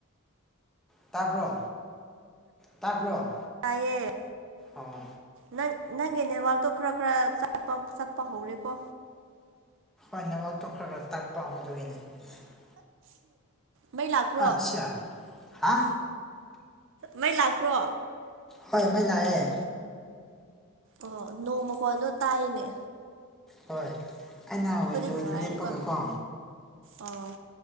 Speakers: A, in the centre; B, on the right (about 60°).
A: ꯇꯥꯕ꯭ꯔꯣ ꯇꯥꯕ꯭ꯔꯣ
B: ꯇꯥꯏꯑꯌꯦ
A: ꯑꯣ
B: ꯅꯪ ꯅꯪꯒꯤ ꯅꯦꯠꯋꯥꯛꯇꯣ ꯈꯔ ꯈꯔꯄ ꯆꯠꯄ ꯍꯧꯔꯦꯀꯣ
A: ꯐꯅ ꯂꯧꯥꯎꯊꯣꯛꯈ꯭ꯔꯒ ꯇꯥꯛꯄ ꯑꯃꯗ ꯑꯣꯏꯅꯤ <unintelligible>
B: ꯃꯩ ꯂꯥꯛꯄ꯭ꯔꯣ
A: ꯑꯠꯁꯥ ꯍꯥ
B: ꯃꯩ ꯂꯥꯛꯄ ꯄ꯭ꯔꯣ
A: ꯍꯣꯏ ꯃꯩ ꯂꯥꯛꯑꯦ
B: ꯑꯣ ꯅꯣꯡ ꯃꯀꯣꯟꯗꯣ ꯇꯥꯏꯅꯦ
A: ꯍꯣꯏ ꯑꯩꯅ ꯋꯤꯟꯗꯣꯗ
B: ꯅꯨꯡꯉꯥꯏꯔꯅꯤꯀꯣ
A: ꯂꯦꯞꯄꯒꯀꯣ
B: ꯑꯣ